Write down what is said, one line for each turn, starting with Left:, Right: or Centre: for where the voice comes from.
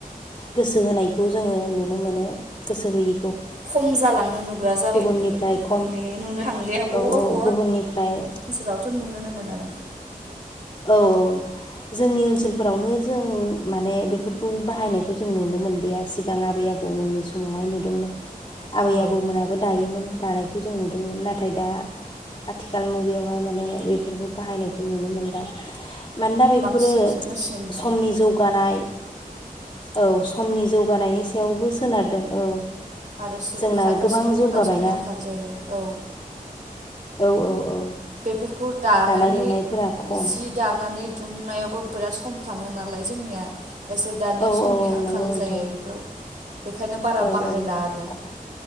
Left: गोसो होनायखौ जोङो नुनो मोनो गोसो होयि
Right: खम जालांनो नुग्रा जाबाय
Left: गुबुननिफ्राय
Right: बेफोर
Left: खम
Right: नुनो थांलिया अबावबा
Left: औ औ
Right: अबावबा <unintelligible>
Left: गुबुननिफ्राय
Right: ओनसोलावथ' नुुनोनो मोना बेखौ
Left: औ औ जोंनि ओनसोलफोरावनो जों माने बेफोरखौ बाहायनायखौ जों नुनो मोनदिया सिगां आबै आबौमोननि समावहाय नुदोंमोन। आबै
Right: औ
Left: आबौमोनाबो दायोमोन। दानायखौ जों नुदोंमोन नाथाय दा आथिखाल मुगायावहाय माने बेफोरखौ बाहायनायखौ नुनो मोनला। मानोना बेफोरो
Right: बांसिनसो मेचिन
Left: समनि
Right: आरो
Left: जौगानाय औ समनि जौगानायनि सायावबो स सोनारदों औ
Right: आरो सु
Left: जोंना
Right: खायफा
Left: गोबां
Right: सुबुंफोरा
Left: जौगाबायना
Right: समनि आंखाल जायो औ
Left: औ औ औ
Right: बेफोर खौ दानानै
Left: दानाय लुनायफोरा खम
Right: जि दानानै दिहुननायावबो बिराद सम थाङो नालाय जोंनिया एसे दानिया
Left: औ
Right: समनि
Left: औ औ
Right: आंखाल
Left: नंगौ नोंथां
Right: जायो बेफोराव बेखायनो बारा
Left: औ
Right: बाहायला
Left: औ
Right: आरो